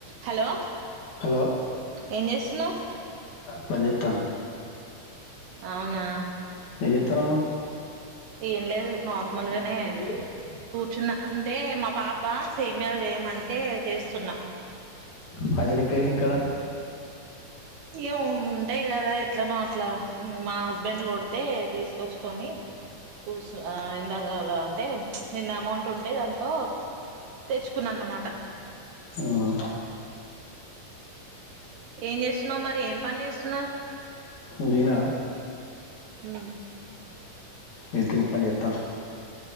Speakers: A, on the right; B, on the left.
A: hello
B: hello
A: ఏం చేస్తున్నావ్
B: పని క్కన
A: అవునా
B: ఏం చేతన్నావ్ నువ్వూ
A: ఏం లేదు నార్మల్గానే
B: నువ్వు
A: కూర్చున్న అంటే మా పాప సేమ్యాలు చేయమంటే చేస్తున్నా
B: పైసలు ఎక్కడాయి నీక్కడ
A: ఇగ ఉంటాయి కదా ఎట్లనో అట్లా మా హస్బెండ్ కొడితే తీసుకు చ్చుకొని కూసు ఇందాకాల అంటే నిన్న అమౌంట్ ఉంటే దా లో తెచ్చుకున్నా అన్నమాట
B: అవును
A: ఏం చేస్తున్నావ్ మరి ఏం పని చేస్తున్నావ్
B: నేనా
A: ఉమ్
B: ఇంటింటింగ్ పనీ జేతన్నా